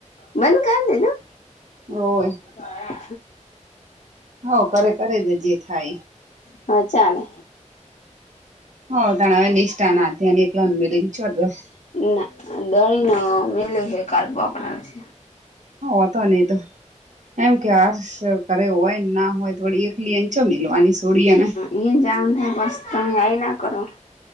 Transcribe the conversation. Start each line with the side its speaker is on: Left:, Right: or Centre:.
Left: બંધ કર દીધું
Right: હોય
Left: ના
Right: હઉ કરે કરે જ જે થાય
Left: હા ચાલે
Right: હો તણાવ નેઈષ્ટા ના <unintelligible>
Left: ના દઈ નો મેલ હે કાલ પકડ છે
Right: હતો નહી તો એમ કે હાર કરે હોય ના હોય તોડી એકલી એચો મિલવાની છોડી એને
Left: ઇયે જાવ થાય બસ તમે આઈ ના કરો